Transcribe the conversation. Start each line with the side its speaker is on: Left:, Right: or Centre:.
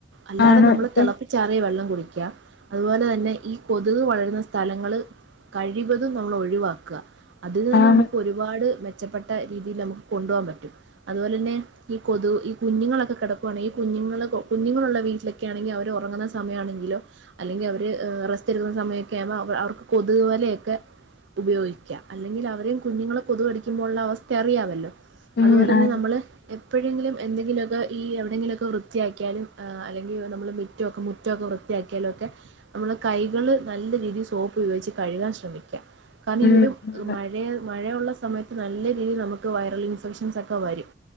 Right: അല്ലാതെ
Left: ആണ്
Right: നമ്മള്
Left: ഇപ്പം
Right: തിളപ്പിച്ചാറിയ വെള്ളം കുടി ക്ക അതുപോലെ തന്നെ ഈ കൊതുക് വളരുന്ന സ്ഥലങ്ങള് കഴിവതും നമ്മൾ ഒഴിവാക്കുക അതിൽ നിന്ന്
Left: ആണ്
Right: നമുക്ക് ഒരുപാട് മെച്ചപ്പെട്ട രീതിയിൽ നമുക്ക് കൊണ്ടുപകവാൻ പറ്റും അതുപോലെ തന്നെ ഈ കൊതു ഈ കുഞ്ഞുങ്ങളൊക്കെ കിടക്കുകയാണെങ്കിൽ കുഞ്ഞുങ്ങൾ കുഞ്ഞുങ്ങളുള്ള വീട്ടിലൊക്കെ ആണെങ്കിൽ അവർ ഉറങ്ങുന്ന സമയമാണെങ്കിലോ അല്ലെങ്കിൽ അവര് റസ്റ്റ്ക്കുന്ന സമയൊക്കെ അവ് അവ കൊതു വലയൊക്കെ ഉപയോഗിക്കുക അല്ലെങ്കിൽ അവരെയയും കുഞ്ഞുങ്ങളെ കൊതു കടി ക്ക്മ്പോള്ള അവസ്ഥ അറിയാമല്ലോ
Left: ഉം
Right: അതുപോലെ തന്നെ
Left: ആണ്
Right: നമ്മള് എപ്പഴെങ്കിലും എന്തെങ്കിലുമൊക്കെ ഈ എവിടെയെങ്കിലൊക്കെ വൃത്തിയാക്കിയാലും അങ്കിൽ നമ്മള് മറ്റൊക്കെ മുറ്റോക്കെ വ്യത്തിയാക്കിയാലക്കെ നമ്മള് കൈകള് നല്ല രീതി സോ ഉപയോഗിച്ച് കഴുകാൻ ശ്രമിക്കാ കാരണം
Left: ഉം
Right: ഈ ഒരു
Left: ആണ്
Right: മഴയു മഴയുള്ള സമയത്ത് നല്ല രീതിയിൽ നമുക്ക് വൈറൽ ഇൻഫെക്ഷൻസ് ഒക്കെ വരും